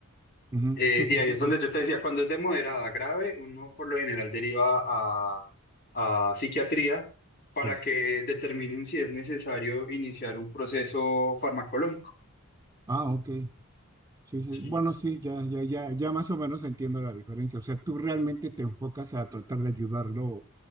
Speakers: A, on the right; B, on the left.
A: Ujú.
B: Eh,
A: Sí, sí,
B: y ahí
A: sí.
B: es donde
A: es-
B: yo te decía, cuando es de moderada a grave, uno por lo general deriva a, a psiquiatría para
A: Sí.
B: que determinen si es necesario iniciar un proceso farmacológico.
A: Ah, ok. Sí, sí.
B: Sí,
A: Bueno, sí, ya, ya, ya, ya más o menos entiendo la diferencia. O sea, tú realmente te enfocas a tratar de ayudarlo